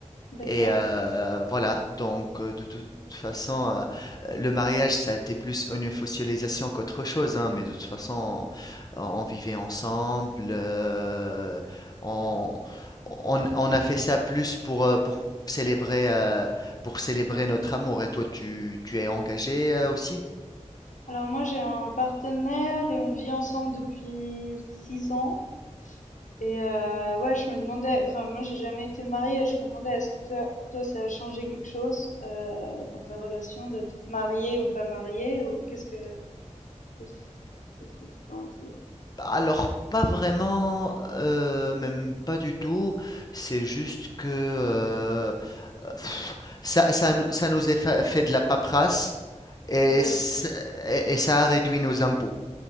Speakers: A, on the left; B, on the left.
A: D'accord.
B: Et heu, voilà, donc heu, de toute façon, heu, le mariage, ça a été plus une officialisation qu'autre chose, hein, mais de toute façon, on on vivait ensemble, heu, on on on a fait ça plus pour, heu, pour célébrer, heu, pour célébrer notre amour. Et toi, tu tu es engagé, heu, aussi?
A: Alors moi j'ai un partenaire et on vit ensemble depuis 6 ans et heu, ouais je me demandais enfin moi j'ai jamais été mariée et je me demandais est-ce que toi pour toi ça a changé quelque chose, heu, dans ta relation d'être mariée ou pas mariée ou qu'est-ce que qu'est-ce qu'est-ce que tu peux en dire?
B: Alors pas vraiment, heu, même pas du tout. C'est juste que, heu heu, ça ça nous ça nous est fa fait de la paperasse et
A: Ouais.
B: ça et et ça a réduit nos impôts,